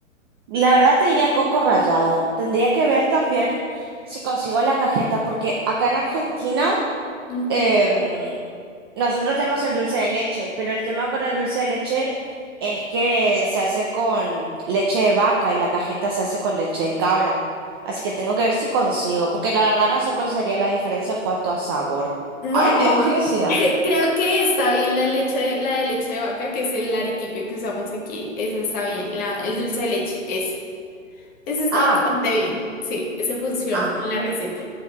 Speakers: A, on the right; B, on the left.
A: La verdad te diría coco rallado. Tendría que ver también si consigo la cajeta, porque acá en Argentina
B: Ujú.
A: em, nosotros tenemos el dulce de leche, pero el tema con el dulce de leche es que se hace con leche de vaca y la cajeta se hace con leche de cabra. Así que tengo que ver si consigo, porque la verdad no sé cuál sería la diferencia en cuanto a sabor.
B: No,
A: Ahora me dio <laughs> curiosidad.
B: <laughs> creo que está bien la leche, la de leche de vaca, que es el arequipe que usamos aquí. Esa está bien, la, el dulce de leche, ese. Ese está
A: Ah,
B: bastante bien. Sí, ese funciona
A: ah,
B: en
A: ok,
B: la receta.